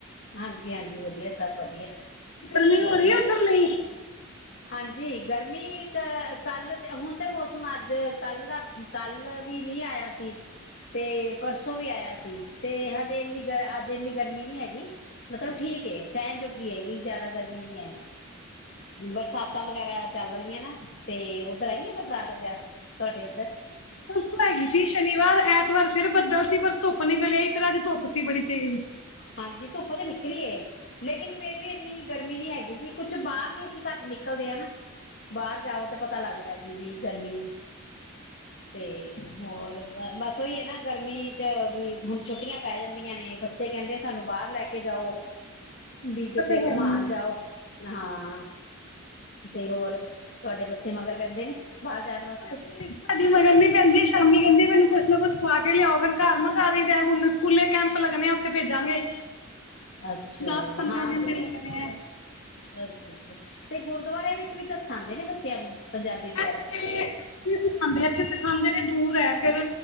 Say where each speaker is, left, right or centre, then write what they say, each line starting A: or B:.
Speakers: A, on the left; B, on the left.
A: ਹਾਂਜੀ ਹਾਂਜੀ ਵਧੀਆ ਸਭ ਵਧੀਆ
B: ਗਰਮੀ
A: ਹੋਰ
B: ਹੋ ਰਹੀ
A: ਮੈਂ
B: ਹੈ ਉਧਰ ਨਹੀਂ
A: ਹਾਂਜੀ ਗਰਮੀ ਅ ਕੱਲ ਹੁਣ ਤੇ ਮੌਸਮ ਅੱਜ ਕੱਲ ਦਾ ਕੱਲ ਵੀ ਮੀ ਆਇਆ ਸੀ ਤੇ ਪਰਸੋਂ ਵੀ ਆਇਆ ਸੀ ਤੇ ਹਜੇ ਇੰਨੀ ਗ ਅੱਜ ਇੰਨੀ ਗਰਮੀ ਨੀ ਹੈਗੀ ਮਤਲਬ ਠੀਕ ਏ ਸਹਿਣ ਜੋਗੀ ਹੈਗੀ ਜਿਆਦਾ ਗਰਮੀ ਨੀ ਹੈ ਬਰਸ ਸਾਤਾਂ ਵਗੈਰਾ ਚੱਲ ਰਹੀਆਂ ਨਾ ਤੇ ਉੱਧਰ ਆਈ ਆ ਬਰਸਾਤ ਵਗੈਰਾ ਤੁਹਾਡੇ ਉੱਧਰ
B: ਪਰਸੋਂ ਹੈਗੀ ਸੀ ਸ਼ਨੀਵਾਰ ਐਤਵਾਰ ਫਿਰ ਬਦਲ ਸੀ ਪਰ ਧੁੱਪ ਨਿਕਲ ਆਈ ਫਿਰ ਅੱਜ ਧੁੱਪ ਸੀ ਬੜੀ ਤੇਜ਼
A: ਹਾਂਜੀ ਧੁੱਪ ਤੇ ਨਿਕਲ ਨਿਕਲੀ ਏ ਲੇਕਿਨ ਫੇਰ ਵੀ ਇੰਨੀ ਗਰਮੀ ਨਹੀਂ ਹੈਗੀ ਸੀ ਕੁੱਛ ਬਾਹਰ ਨੀ ਅਸੀਂ ਘੱਟ ਨਿਕਲਦੇ ਹ ਨਾ ਬਾਹਰ ਜਾਓ ਤੇ ਪਤਾ ਲੱਗਦਾ ਕੀ ਵੀ ਗਰਮੀ ਤੇ ਹੋਰ ਬਸ ਓਹੀ ਹੈ ਨਾ ਹੈ ਨਾ ਗਰਮੀ ਚ ਵੀ ਹੁਣ ਛੁੱਟੀਆਂ ਪੈ ਜਾਂਦੀਆਂ ਨੇ ਬੱਚੇ ਬੱਚੇ ਕਹਿੰਦੇ ਸਾਨੂੰ ਬਾਹਰ ਲੈ ਕੇ ਜਾਓ ਵੀ ਕਿਤੇ
B: ਤੇ ਹੈ
A: ਘੁਮਾਨ
B: ਹੀ ਹੈ
A: ਜਾਓ ਹਾਂ ਤੇ ਹੋਰ ਤੁਹਾਡੇ ਬੱਚੇ ਮਗਰ ਪੈਂਦੇ ਨੇ ਬਾਹਰ ਜਾਣ ਵਾਸਤੇ
B: ਸਾਡੇ ਮਗਰ ਨੀ ਪੈਂਦੀ ਸ਼ਾਮੀ ਕਹਿੰਦੀ ਮੈਨੂੰ ਕੁੱਛ ਨਾ ਕੁਛ ਖਵਾ ਕੇ ਲਿਆਓ ਫਰ ਘਰ ਮੰਗਵਾ ਲਈ ਦੇ ਹੁਣ ਸਕੂਲੇ ਕੈਂਪ ਲੱਗਣੇ ਆ ਉੱਥੇ ਭੇਜਾਂਗੇ
A: ਅੱਛਾ
B: ਦਸ ਪੰਦਰਾਂ
A: ਹਾਂ
B: ਦਿਨ ਦੇ ਲੱਗਣੇ ਆ
A: ਅੱਛਾ ਤੇ ਗੁਰਦੁਆਰਿਆਂ ਵਿੱਚ ਵੀ ਤਾਂ ਸਖਾਦੇ ਨੇ ਬੱਚਿਆਂ ਨੂੰ ਪੰਜਾਬੀ ਵਗੈਰਾ
B: <inaudible> ਸਿਖਾਦੇ ਇਥੇ ਸਿਖਾਾਂਦੇ ਨੇ ਦੂਰ ਹੈ ਫਿਰ